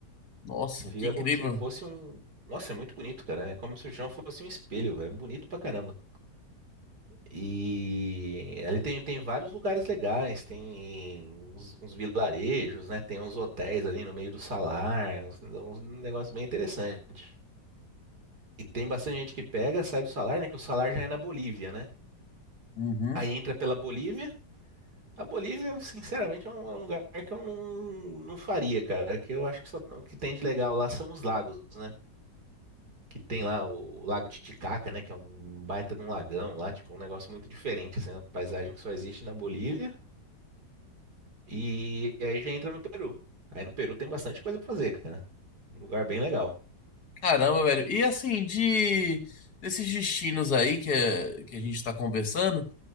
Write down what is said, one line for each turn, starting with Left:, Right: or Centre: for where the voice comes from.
Left: Nossa,
Right: Fica
Left: que incrível.
Right: como se fosse um. Nossa, é muito bonito, cara. É como se o chão fosse um espelho, velho. É Bonito pra caramba. E ali tem, tem vários lugares legais, tem uns, uns vilarejos, né? Tem uns hotéis ali no meio do salar, uns, uns negócios bem interessantes. E tem bastante gente que pega, sai do salar, né? Que o salar já é na Bolívia, né?
Left: Uhum.
Right: Aí entra pela Bolívia. A Bolívia, sinceramente, é um, é um lugar que eu não, não faria, cara. Que eu acho que só o que tem de legal lá são os lagos, né? Que tem lá o Lago Titicaca, né? Que é um baita de um lagão lá, tipo, um negócio muito diferente, assim, uma paisagem que só existe na Bolívia. E aí já entra no Peru. Aí no Peru tem bastante coisa pra fazer, cara. Um lugar bem legal.
Left: Caramba, velho. E assim, de desses destinos aí que, é- que a gente tá conversando,